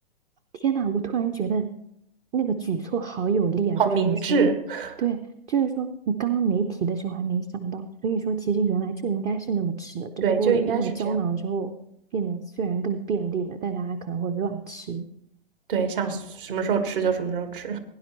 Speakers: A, on the right; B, on the right.
A: 天呐，我突然觉得那个举措好有力啊！
B: 好明智。
A: 就像你说的，
B: <laughs>
A: 对，就是说你刚刚没提的时候还没想到，所以说其实原来就应该是那么吃的，只不过用了胶囊之后变得虽然更便利了，
B: 对，就应该是这样。
A: 但大家可能会乱吃。
B: 对，想什么时候吃就什么时候吃。